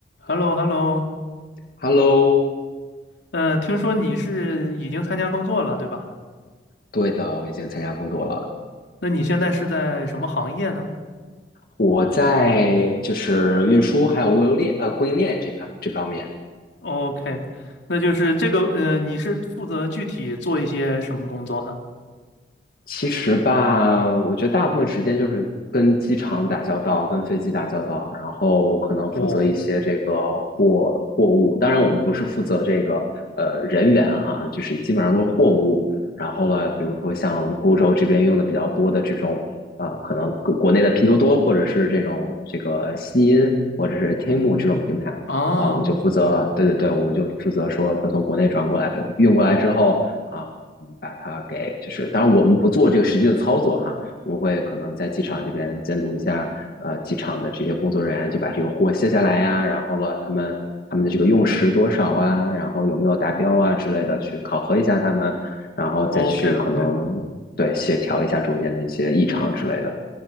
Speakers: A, on the left; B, on the left.
A: h e l l o h e l l o
B: Hello，
A: 呃，听说你是已经参加工作了，对吧？
B: 对的，我已经参加工作了。
A: 那你现在是在什么行业呢
B: 我在就是运输还有物流链呃供应链这方这方面。
A: 哦？OK，那就是这个，呃，你是负责具体做一些什么工作呢？
B: 其实吧，我觉得大部分时间就是跟机场打交道，跟飞机打交道，然后可能负责一些这个货货物。
A: 哦，
B: 当然，我们不是负责这个呃人员哈，就是基本上都是货物。然后呢，比如说像欧洲这边用的比较多的这种呃，可能国国内的拼多多或者是这种这个西音或者是天 e 这种平台啊，
A: 啊
B: 我们就负责，对对对，我们就负责说，它从国内转过来呃运过来之后。啊。把它给就是，当然我们不做这个实际的操作哈，我们会可能在机场这边监督一下，呃，机场的这些工作人员就把这个货卸下来呀，然后了他们他们的这个用时多少啊，然后有没有达标啊之类的，去考核一下他们，然后再去可能对协调一下中间的一些异常之类的，
A: ，OK，OK，